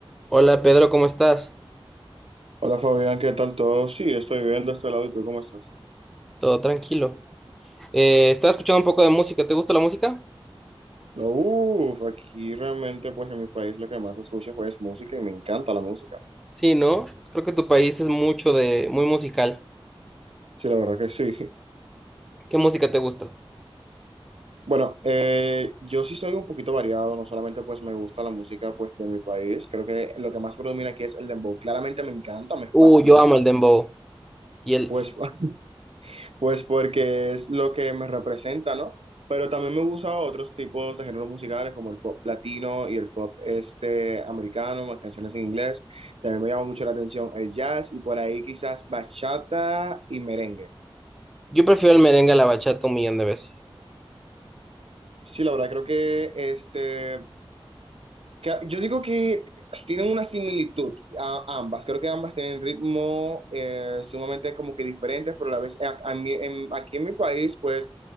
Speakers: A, in the centre; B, on the right.
A: Hola Pedro, ¿cómo estás?
B: Hola Fabián, ¿qué tal todo? Sí, estoy bien de este lado y tú cómo estás.
A: Todo tranquilo. Eh, estaba escuchando un poco de música. ¿Te gusta la música?
B: No, Uf, aquí realmente pues en mi país lo que más escucho pues, es música y me encanta la música.
A: Sí, ¿no? Creo que tu país es mucho de, muy musical.
B: Sí, la verdad que sí.
A: ¿Qué música te gusta?
B: Bueno, eh, yo sí soy un poquito variado, no solamente pues me gusta la música pues de mi país, creo que lo que más predomina aquí es el dembow. Claramente me encanta, me
A: Uh,
B: fascina,
A: yo amo el dembow. Y el,
B: pues <laughs> Pues porque es lo que me representa, ¿no? Pero también me gustan otros tipos de géneros musicales como el pop latino y el pop este americano, más canciones en inglés. También me llama mucho la atención el jazz y por ahí quizás bachata y merengue.
A: yo prefiero el merengue a la bachata un millón de veces.
B: Sí, la verdad creo que este que- Yo digo que tienen una similitud a ambas. Creo que ambas tienen ritmo eh, sumamente como que diferentes, pero a la vez a, a mí- en- aquí en mi país, pues